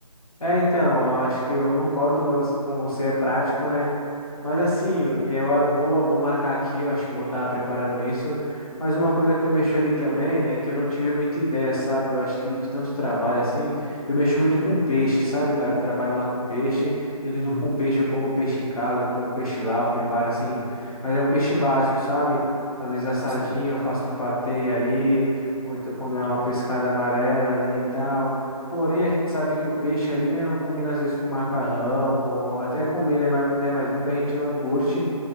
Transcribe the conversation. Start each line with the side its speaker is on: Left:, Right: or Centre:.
Left: É, então, eu acho que eu concordo com você, é prático, né? Mas assim, eu, eu vou, eu vou marcar aqui, eu acho que eu vou estar preparando isso. Mas uma coisa que eu mexo ali também é que eu não tive muita ideia, sabe? Eu acho que de tanto trabalho assim, eu mexo muito com peixe, sabe, cara? Eu trabalho lá com peixe, eu vivo
Right: Hum,
Left: com peixe, eu como peixe em casa, eu como peixe lá, eu preparo assim. Mas é o peixe básico, sabe? Às vezes a sardinha,
Right: sim.
Left: eu faço um patê ali, ou então quando é
Right: Ah,
Left: uma pescada amarela ali e tal. Porém, a gente sabe que o peixe ali, né, não combina às vezes com macarrão, com alguma, até combina, né, mas- né, mas muita gente não curte,